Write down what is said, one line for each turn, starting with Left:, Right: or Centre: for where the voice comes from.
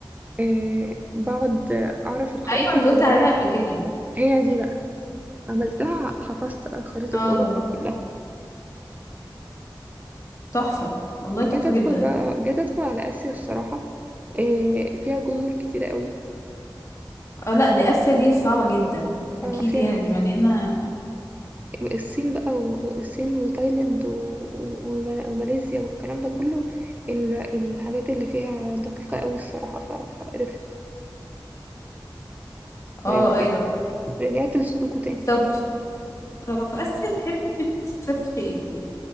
Right: إيه بقعد أعرف الخريطة
Left: ايوه انت
Right: بعد
Left: قلت
Right: كده
Left: عليها قبل كده
Right: هي دي بقى عملتها حفظت خريطة
Left: اه
Right: أوروبا كلها
Left: تحفة والله تحفة
Right: جيت أدخل
Left: جدا
Right: بقى جيت أدخل على آسيا الصراحة إيه فيها جزر كتيرة قوي
Left: اه لا دي اسيا دي صعبة جدا اكيد
Right: آه، فيها
Left: يعني دي مليانة
Right: الصين بقى والصين وتايلاند و- و- وماليزيا والكلام ده كله ال- الحاجات اللي فيها دقيقة قوي الصراحة ف- فقرفت
Left: اه
Right: يعني رج- رجعت لسودوكو تاني
Left: ايوه لو في آسيا تحبي تسافري ايه؟